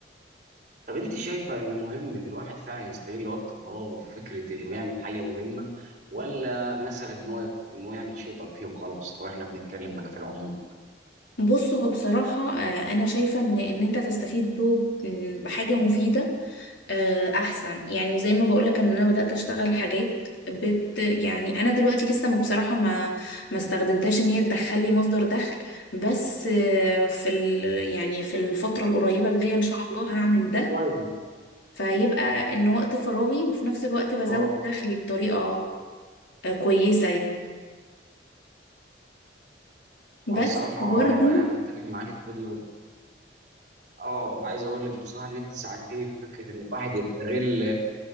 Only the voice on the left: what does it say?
بص هو بصراحة آه، أنا شايفة إن إن أنت تستفيد به م، بحاجة مفيدة آه، أحسن يعني زي ما بقولك إن أنا بدأت أشتغل حاجات بت يعني أنا دلوقتي لسه م- بصراحة ما ما استخدمتهاش إن هي تدخل لي مصدر دخل بس آه، في ال يعني في الفترة القريبة اللي هي إن شاء الله هعمل ده
فيبقى إن وقت فراغي وفي نفس الوقت بزود
دخلي بطريقة آه، كويسة يعني
بس
برضو